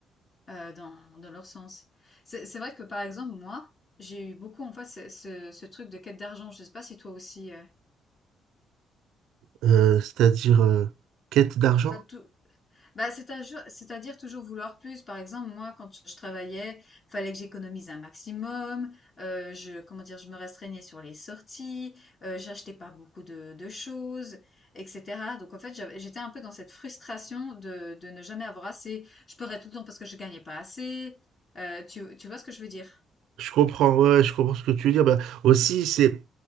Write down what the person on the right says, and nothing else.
euh, c'est-à-dire euh, quête d'argent?
Je comprends, ouais, je comprends ce que tu veux dire. Bah, aussi, c'est